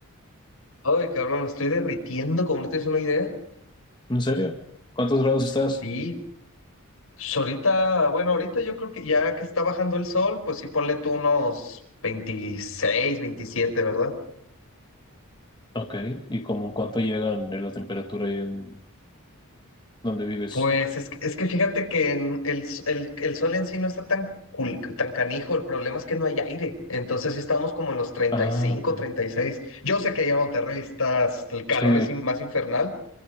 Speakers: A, on the left; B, on the left.
A: Ay, cabrón, me estoy derritiendo, como no tienes una idea.
B: ¿En serio? ¿Cuántos grados estás?
A: Sí. Pues ahorita, bueno, ahorita yo creo que ya que está bajando el sol, pues sí, ponle tú unos 26 veintisiete ¿verdad?
B: Ok, ¿y como cuánto llegan de la temperatura ahí en donde vives?
A: Pues es, es que fíjate que en el, s- el, el sol en sí no está tan, cul- tan canijo, el problema es que no hay aire, entonces sí estamos como en los treinta
B: Ah,
A: treinta y cinco
B: ok.
A: treinta y seis Yo sé que allá en Monterrey está, el calor
B: Sí,
A: es in- más infernal,